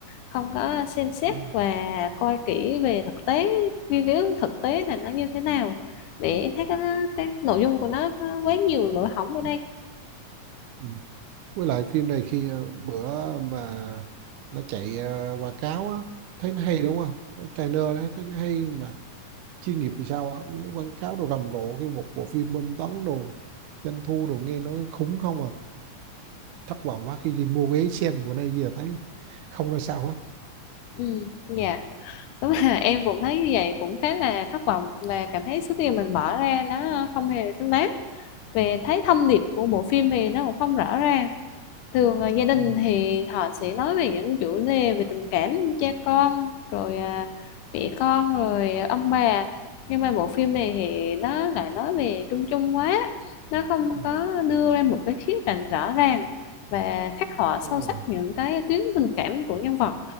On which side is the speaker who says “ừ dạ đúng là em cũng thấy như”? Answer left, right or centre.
Left